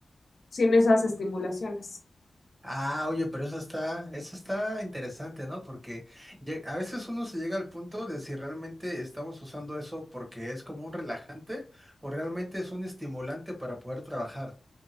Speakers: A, on the left (about 65°); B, on the right (about 30°).
A: sin esas estimulaciones.
B: Ah, oye, pero eso está, eso está interesante, ¿no? Porque lle- a veces uno se llega al punto de si realmente estamos usando eso porque es como un relajante o realmente es un estimulante para poder trabajar.